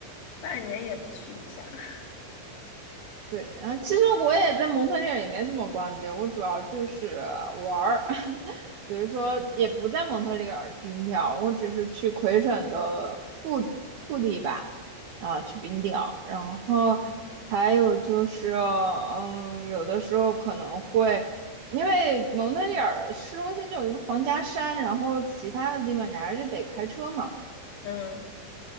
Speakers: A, on the left (about 80°); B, on the right (about 70°).
A: 半年也不去一下，<laughs>
B: 对，然后其实我也在蒙特利尔也没怎么逛街，我主要就是玩儿，<laughs> 比如说也不在蒙特利尔冰钓，
A: 嗯
B: 我只是去魁省的腹腹地吧，啊，去冰钓，然后还有就是，
A: 嗯
B: 嗯，有的时候可能会，因为蒙特利尔的市中心就有一个皇家山，然后其他的地方你还是得开车嘛。
A: 嗯